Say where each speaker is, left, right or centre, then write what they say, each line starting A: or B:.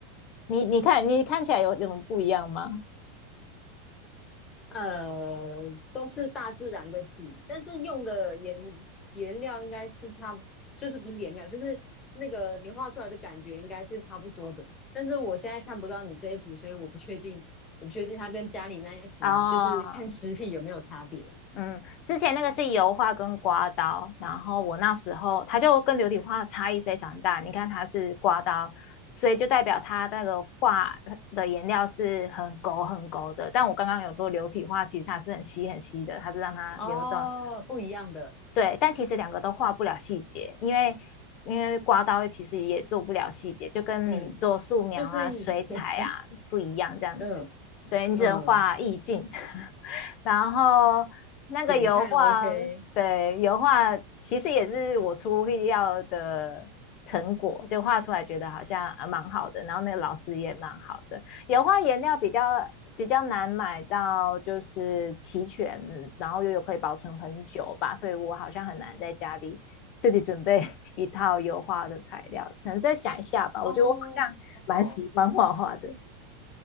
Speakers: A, on the left; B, on the left.
A: 你你看你看起来有什么不一样吗？
B: 呃，都是大自然的景，但是用的颜颜料应该是差不，就是不是颜料，就是那个你画出来的感觉应该是差不多的。但是我现在看不到你这一幅，所以我不确定，我不确定它跟家里那一幅，
A: 哦，
B: 就是看实体有没有差别。
A: 嗯，之前那个是油画跟刮刀，然后我那时候它就跟流体画差异非常大。你看它是刮刀，所以就代表它那个画的颜料是很勾很勾的。但我刚刚有说流体画其实它是很稀很稀的，它是让它流动
B: 哦，不一样的，
A: 对，但其实两个都画不了细节，因为因为刮刀其实也做不了细节，就跟你做素描啊、
B: 嗯，就是
A: 水彩啊不一样这样子。
B: <laughs> 嗯
A: 对，你只能画意境，
B: 嗯，
A: <laughs> 然后那个油画，
B: 远看 OK。
A: 对，油画其实也是我出乎意料的成果，就画出来觉得好像啊蛮好的，然后那个老师也蛮好的。油画颜料比较比较难买到，就是齐全，然后又有可以保存很久吧，所以我好像很难在家里自己准备一套油画的材料，可能再想一下吧。
B: 哦哦，
A: 我觉得我好像蛮喜欢画画的，